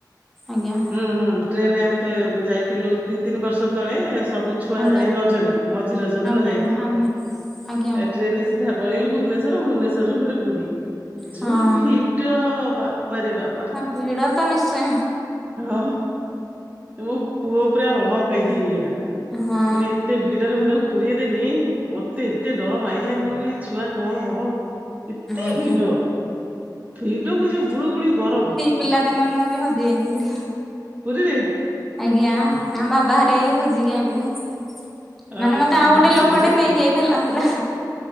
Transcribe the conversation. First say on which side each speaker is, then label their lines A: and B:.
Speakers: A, in the centre; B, on the right.
A: ଆଜ୍ଞା।
B: ହୁଁ ହୁଁ ଟ୍ରେନରେ ଆମେ ତ ଯାଇଥିଲୁ ଦି ତିନି ବର୍ଷ ତଳେ ସବୁ ଛୁଆ
A: ଆଜ୍ଞା
B: ଏଇ ରଜରେ ମଝି ରଜ
A: ଆଜ୍ଞା
B: ଦିନ ଯାଇଥି
A: ଆଜ୍ଞା ଆ
B: ଏ ଟ୍ରେନରେ ସିଧା ପଳେଇଲୁ ଭୁବନେଶ୍ୱର ଭୁବନେଶ୍ୱରରୁୁ ଫେରେ ପୁରୀ। ଯୋଉ
A: ହଁ
B: ଭିଡ ବାପାରେ ବାବା।
A: ହଁ ଭିଡ ତ ନିଶ୍ଚୟ
B: ହଁ ମୋ ପୁଅ ପୁରା ଅଣକାଇଦି ହେଇଗଲା।
A: ହଁ।
B: ମାନେ ଏତେ ଭିଡରେ ମୁଁ ତାକୁ ପୁରଇଦେନି ମତେ ଏତେ ଡର ମାଇଲା ମୁଁ କହିଲିଛୁଆ କଣ ହବ? ଏତେ
A: ଆଜ୍ଞା
B: ଭିଡ ଭିଡକୁ ଯୋଉ ଗୁଳୁଗୁଳି ଗରମ।
A: ପିଲା ଦିନେ ମୁଁ ବି ହଜି ଯାଇଥିଲି।
B: ପୁରୀରେ
A: ଆଜ୍ଞା ଆମ ବାବାହାରିକା ଖୋଜିକି ଆଣିଲେ।
B: ଅ
A: ମାନେ ମତେ ଆଉ ଗୋଟେ ଲୋକଟେ
B: ସେଇବା
A: ନେଇଯାଇଥିଲା ପୁରା।